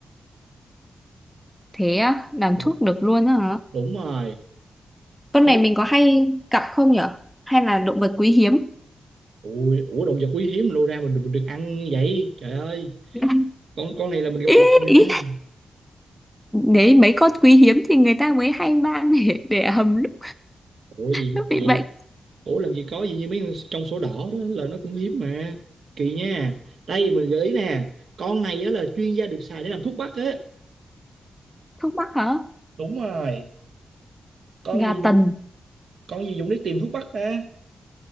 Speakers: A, in the centre; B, on the right.
A: Thế á, làm
B: đúng,
A: thuốc được luôn á hả?
B: đúng rồi
A: Con
B: thuốc
A: này mình có hay gặp không nhở? Hay là động vật quý hiếm?
B: ui ủa động vật quý hiếm lô ra mình mình được ăn vậy trời ơi
A: <laughs>
B: con con này là mình gặp
A: Ý,
B: hoài
A: ý.
B: á
A: Đấy, mấy con quý hiếm thì người ta mới hay mang để, để hầm lúc,
B: ủa gì
A: lúc
B: gì
A: bị bệnh.
B: ủa làm gì có gì như mấy con trong sổ đỏ đó là nó cũng hiếm mà kỳ nha đây mình gợi ý nè con này á là chuyên gia được xài để làm thuốc bắc á
A: Thuốc mắc hả?
B: đúng rồi con gì
A: Gà tần,
B: con gì Dũng đi tìm thuốc bắc ta